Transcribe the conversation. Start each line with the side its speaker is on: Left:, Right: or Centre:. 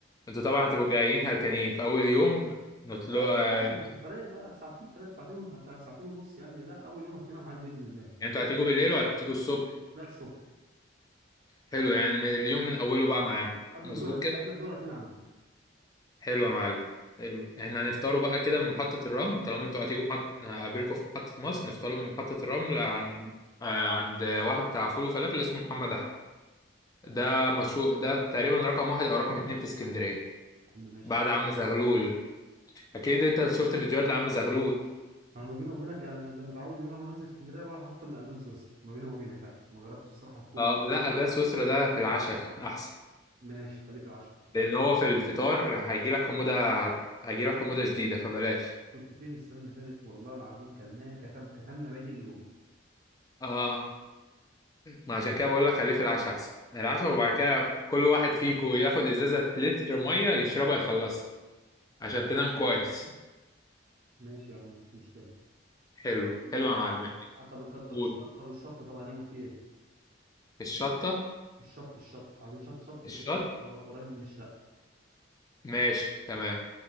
Left: أنتوا طبعا هتبقوا جايين هلكانين في أول يوم نطلع
Right: لا لا
Left: آه،
Right: عادي السفريه
Left: يعني
Right: ده ساعتين ثلاث ساعتين و- ساعتين ونص يعني لا اول يوم هتلاقينا معاك باذن الله
Left: أنتوا هتيجوا بالليل وهتيجوا الصبح
Right: لا الصبح
Left: حلو يعني اليوم من أوله بقى معانا
Right: قبل
Left: مظبوط
Right: الدورة هتلاقي
Left: كده
Right: قبل الدورة هتلاقينا عندك
Left: حلو يا معلم حلو احنا هنفطروا بقى كده من محطة الرمل طالما انتوا هتيجوا محط هقابلكم في محطة مصر نفطروا من محطة الرمل عند آه، عند واحد بتاع فول وفلافل اسمه محمد أحمد ده مشهور ده تقريبا رقم واحد أو رقم اتنين في اسكندرية
Right: يا عم ماشي
Left: بعد عم زغلول أكيد أنت شفت فيديوهات لعم زغلول
Right: انا ما بيني وبينك يعني انا زي متعود ان انا لما بنزل اسكندريه بروح افطر من البان سويسرا ما بيني وبينك يعني ما جربتش الصراحه الفول
Left: اه لا البان سويسرا ده في العشاء <laughs> أحسن
Right: ماشي خليه في العشاء
Left: لأن هو في الفطار هيجيلك حموضة هيجيلك حموضة شديدة فبلاش
Right: كنت فين السنه اللي فاتت والله العظيم كلناه كتم كتمنا بادئ اليوم
Left: اه ما عشان كده بقول لك خليه في العشاء احسن يعني العشاء وبعد كده كل واحد فيكو ياخد ازازه لتر ميه يشربها يخلصها عشان تنام كويس
Right: ماشي يا عم مش مشكله
Left: حلو
Right: لا
Left: حلو يا معلم
Right: طب طب طب
Left: قول
Right: الشط طب الشط طب هنعمل فيه ايه
Left: الشطه
Right: الشط الشط عايزين شط شط
Left: الشط
Right: يكون قرا- قرا- قريب من الشقة
Left: ماشي تمام